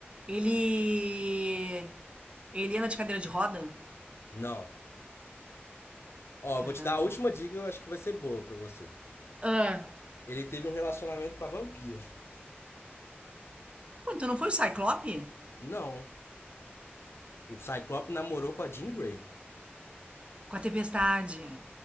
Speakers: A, on the right; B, on the left.
A: Ele... Ele anda de cadeira de roda?
B: Não. Ó,
A: Caramba.
B: eu vou te dar a última dica, eu acho que vai ser boa pra você.
A: Ah.
B: Ele teve um relacionamento com a vampira.
A: Pô, então não foi o Cyclope?
B: Não. O Cyclope namorou com a Jean Grey.
A: Com a tempestade.